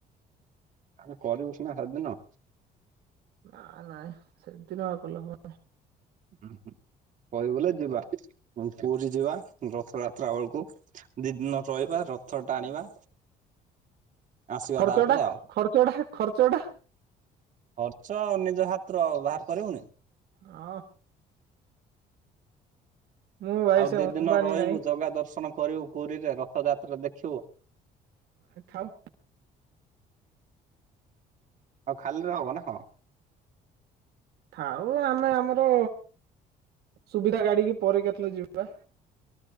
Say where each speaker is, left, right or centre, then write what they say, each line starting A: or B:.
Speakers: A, on the right (about 50°); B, on the right (about 70°).
A: ଆମେ କରିବୁ ସିନା ହେଦିନ
B: ନା ନାଇଁ ସେଦିନ ଆଉ କଲେ ହବ
A: ହୁଁ ହୁଁ କହିବୁ ବଲେ ଯିବା ପୁରୀ ଯିବା ରଥଯାତ୍ରା ବେଳକୁ। ଦି ଦିନ ରହିବା ରଥ ଟାଣିବା। ଆସିବା
B: ଖର୍ଚ୍ଚ
A: ତାପରେ
B: ଟା
A: ଆଉ
B: ଖର୍ଚଡ଼ା ଖର୍ଚ୍ଚଡା?
A: ଖର୍ଚ୍ଚ ନିଜ ହାତ୍ର ବାହାର କରିବୁନି।
B: ଅ ମୁଁ ଭାଇ
A: ଆଉ
B: ସେ
A: ଦି
B: ଅମ୍ବାନୀ
A: ଦିନ ରହିବୁ
B: ନାଇଁ
A: ଜଗା ଦର୍ଶନ କରିବୁ ପୁରୀରେ ରଥଯାତ୍ରା ଦେଖିବୁ।
B: ଆ ଥାଉ।
A: ଆଉ ଖାଲି ରେ ହବ ନା କଁ?
B: ଥାଉ ଆମେ ଆମର ସୁବିଧା ଗାଡିକି ପରେ କେତେବେଳେ ଯିବା।